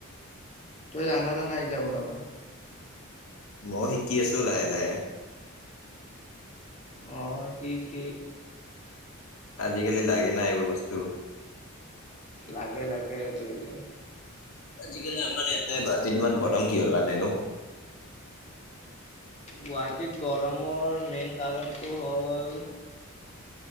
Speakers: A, on the left; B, on the left.
A: তই জনা নাই ইগিলা বনাবা?
B: মই শিকি আছো, লাহে, লাহে।
A: অ সি সি
B: আজিকালি লাগে না এইবোৰ বস্তু।
A: লাগে লাগে দেইলে।
B: আজিকালি আমাৰ ইয়াতে ভতি ইমান গৰম কিহৰ কাৰণেনো?
A: গুৱাহাটীত গৰমৰ মেইন কাৰণটো হ'ল